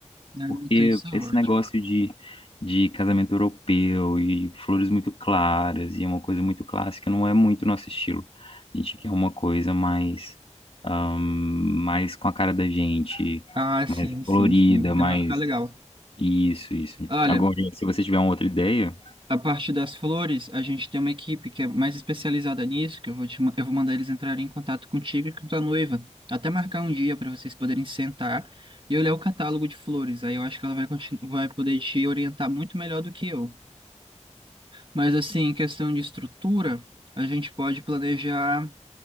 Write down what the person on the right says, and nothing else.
Ah,
então isso é
ótimo.
Ah, sim,
sim,
sim. Então
vai ficar legal.
Olha,
a parte das flores, a gente tem uma equipe que é mais especializada nisso, que eu vou te, ma- eu vou mandar eles entrarem em contato contigo e com tua noiva. Até marcar um dia para vocês poderem sentar e olhar o catálogo de flores. Aí eu acho que ela vai, conti- vai poder te orientar muito melhor do que eu. Mas assim, em questão de estrutura, a gente pode planejar.